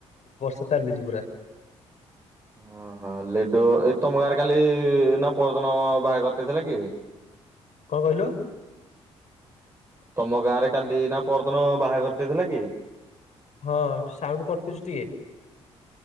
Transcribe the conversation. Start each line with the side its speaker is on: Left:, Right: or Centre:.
Left: ବର୍ଷା ଚାଲିଛି ପୁରା
Right: ଓହୋ ଲେଡୁ ଏ ତମ ଗାଁରେ କାଲି ନା ପହଦିନ ବାହାଘର ଟେ ଥିଲା କି <unintelligible>
Left: କଣ କହିଲୁ
Right: ତମ ଗାଁ ରେ କାଲି ନା ପହଦିନ ବାହାଘରଟେ ଥିଲା କି
Left: ହଁ ସାଉଣ୍ଡ୍ କଟୁଛି ଟିକେ